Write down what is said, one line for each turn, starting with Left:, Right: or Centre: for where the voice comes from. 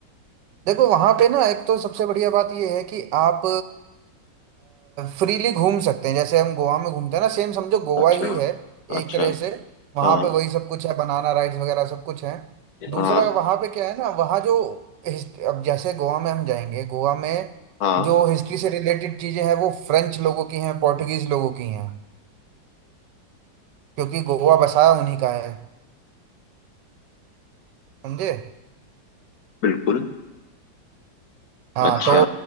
Right: देखो वहां पे ना एक तो सबसे बढ़िया बात ये है कि आप फ्रीली घूम सकते हैं जैसे हम गोवा में घूमते हैं ना सेम समझो गोवा
Left: अच्छा
Right: ही है
Left: अच्छा
Right: एक तरह से वहां
Left: हाँ
Right: पे वही सब कुछ है बनाना राइड्स वगैरह सब कुछ है दूसरा
Left: हाँ
Right: वहां पे क्या है ना वहाँ जो हिस्ट- अब जैसे गोवा में हम जाएंगे गोवा में
Left: हाँ
Right: जो हिस्ट्री से रिलेटेड चीजें हैं वो फ्रेंच लोगों की हैं पोर्टुगीज लोगों की हैं क्योंकि गोवा बसाया उन्हीं का है समझे
Left: बिल्कुल
Right: हाँ
Left: अच्छा
Right: तो